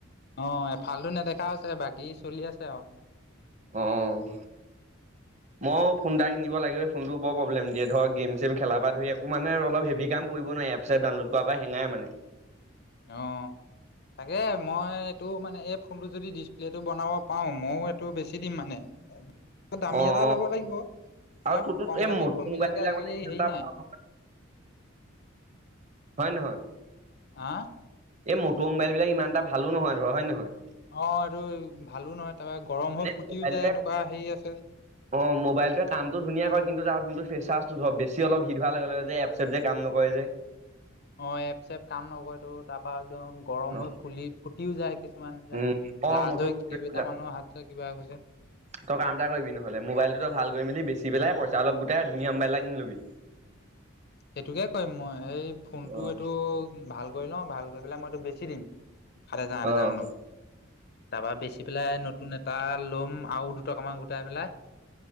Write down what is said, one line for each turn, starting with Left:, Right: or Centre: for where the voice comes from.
Left: অ এফালটো নেদেখা আছে বাকী চলি আছে আও।
Right: অ'। মইো ফোন এটা কিনিব লাগিবেই ফোনটো বৰ প্ৰব্লেম দিয়ে ধৰক গেম-চেম খেলা পৰা ধৰি একো মানে অলপ হেভি কাম কৰিব এপ চেপ ডাউনলোড কৰা পৰা সেঙাই মানে।
Left: অ'। তাকে মই এইটো মানে এই ফোনটো যদি ডিচপ্লেটো বনাব পাৰো মইও এইটো বেছি দিম মানে। দামী
Right: অ
Left: এটা
Right: অ
Left: ল'ব লাগিব। এইবিলাক
Right: আৰু তোৰতোত
Left: কম
Right: এই
Left: দামী
Right: মটৰ
Left: ফোন
Right: মোবাইল
Left: বিলাকে
Right: বিলাক
Left: আজিকালি হেৰি নাই
Right: মানে <unintelligible> হয় নহয়?
Left: আহ?
Right: এই মটৰ মোবাইল বিলাক ইমান এটা ভালো নহয় ধৰ হয় নে নহয়?
Left: অ', এইটো ভালো নহয় তাৰপৰা গৰম
Right: মানে
Left: হৈ ফুটিও
Right: মোবাইলটোৱে
Left: যায় এনেকুৱা হেৰি আছে।
Right: অ', মোবাইলটোৱ কামটো ধনীয়া কৰে কিন্তু তাৰ যোনটো ফেচাৰ্ টো ধৰ বেছি অলপ হিট হোৱাৰ লগে-লগে যে এপ চেপ যে কাম নকৰে। যে
Left: অ', এপ চেপ কাম নকৰে তো তাৰ পৰাা একদম গৰম
Right: অ।
Left: হৈ ফুলি ফুটিও যায়। কিছুমান এতিয়া
Right: উম অ
Left: ব্লাছ
Right: মটৰ
Left: হৈ কিবটা
Right: বিলাক
Left: মানুহৰ হাত কিবা গৈছে
Right: তই কাম এটা কৰিবিহ'লে মোবাইলটোো ভাল কৰি মেলি বেছি পেলাই পইচা অলপ গোটেই ধুনীয়াম বাইলা কিনি লবি
Left: সেইটোকে কৰিম মই এই ফোনটো
Right: অ',
Left: এইটো ভাল কৰি লৈ, ভাল কৰি পেলাই মই এইটো বেছি দিম সাত হাজাৰ আঠ হোজাৰ
Right: অ',
Left: মানত, তাৰাবা বেচি পেলাই নতুন এটা ল'ম আৰু দুটকামান গোটাই পেলাই